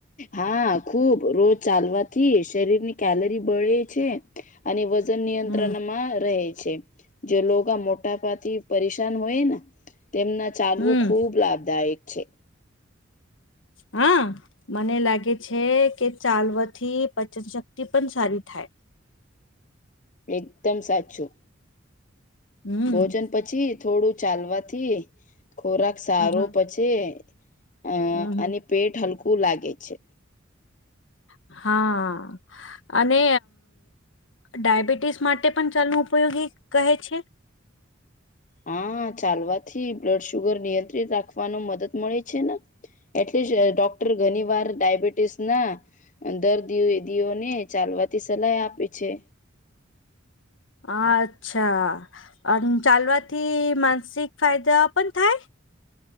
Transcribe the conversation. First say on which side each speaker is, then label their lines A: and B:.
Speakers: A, on the left; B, on the left.
A: હા, ખુબ રોજ ચાલવાથી શરીર ની કેલરી બળે છે. અને વજન નિયંત્રણમાં
B: હમ
A: રહે છે, જે લોગા મોટાપાથી. પરેશાન હોય ને તેમના ચાલવું
B: હમ
A: ખુબ લાભદાયક છે.
B: હા. મને લાગે છે કે ચાલવાથી પચન શક્તિ પણ સારી થાય.
A: એકદમ સાચું.
B: હમ
A: ભોજન પછી થોડું ચાલવાથી ખોરાક સારો
B: હમ
A: પછી અ
B: હમ
A: અને પેટ હલકું લાગે છે.
B: હા. અને ડાયાબિટીસ માટે પણ ચાલ ઉપયોગી કહે છે.
A: હા ચાલવાથી બ્લડ શુગર નિયંત્રિત રાખવાનો મદદ મળે છે ને એટલે જ ડોક્ટર ઘણી વાર ડાયબિટીસ ના દર્દીદીઓને ચાલવાથી સલાહ આપે છે.
B: અચ્છા. અને ચાલવાથી માનસિક ફાયદા પણ થાય.